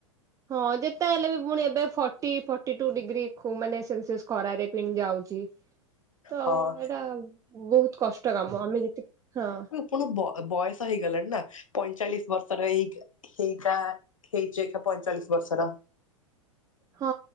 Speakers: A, on the right; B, on the left.
A: ହଁ ଯେତେ ହେଲେବି ପୁଣି ଏବେ ଫଟି ଫଟିଟୁ ଡିଗ୍ରୀ ମାନେ ସେଲସିୟସ ଖରାରେ ପିଣି ଯାଉଛି। ତ
B: ହଁ
A: ଏଇଟା ବହୁତ କଷ୍ଟ କାମ ଆମେ ଯେତିକି ହଁ
B: ପୁଣ ବୟସ ହେଇଗଲାଣିନା ପଇଁଚାଳିଶ ବର୍ଷର ଏଜ ଏଇଟା ହେଇଚି ଏକା ପଇଁଚାଳିଶ ବର୍ଷର
A: ହଁ